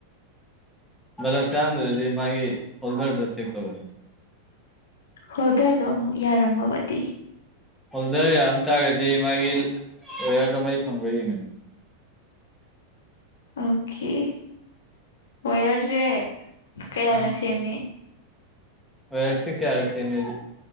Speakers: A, in the centre; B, on the left.
A: ꯕꯂꯞ ꯆꯥꯛꯎꯝꯗꯔ꯭ꯗꯤ ꯃꯥꯒꯤ ꯍꯣꯜꯗꯔꯗꯣ ꯆꯦꯛ ꯇꯣꯑꯣ
B: ꯍꯣꯜꯗꯔꯗꯨꯣ ꯑꯃꯨꯛ ꯌꯥꯔꯝꯃꯕꯗꯤ
A: ꯍꯣꯜꯗꯔ ꯌꯥꯔꯝ ꯇꯥꯔꯒꯗꯤ ꯃꯥꯒꯤ ꯋꯦꯌꯔꯗꯣ ꯃꯩ ꯐꯪꯕ꯭ꯔꯥ ꯌꯦꯡꯒꯅꯤ
B: ꯑꯣꯀꯦ ꯋꯦꯌꯔꯁꯦ ꯀꯌꯥꯅ
A: ꯑꯥ
B: ꯁꯦꯝꯃꯤ
A: ꯋꯦꯌꯔꯁꯦ ꯀꯌ꯭ꯥꯔꯛ ꯁꯦꯝꯃꯤꯗꯤ